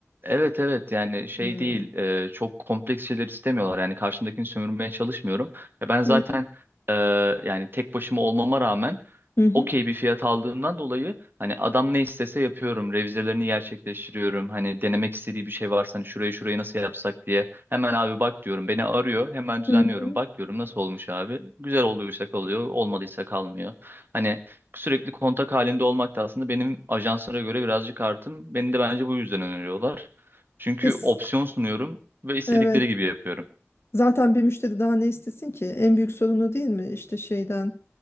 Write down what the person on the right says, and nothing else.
Evet evet yani şey
değil e, çok kompleks şeyler istemiyorlar yani karşımdakini sömürmeye çalışmıyorum. Ya ben zaten
e, yani tek başıma olmama rağmen
okey bir fiyat aldığımdan dolayı hani adam ne istese yapıyorum revizelerini gerçekleştiriyorum. Hani denemek istediği bir şey varsa hani şurayı şurayı nasıl yapsak diye hemen abi bak diyorum beni arıyor hemen düzenliyorum
bak diyorum nasıl olmuş abi güzel olduysa kalıyor olmadıysa kalmıyor. Hani sürekli kontak halinde olmak da aslında benim ajanslara göre birazcık artım. Beni de bence bu yüzden öneriyorlar. Çünkü
opsiyon sunuyorum ve istedikleri
gibi yapıyorum.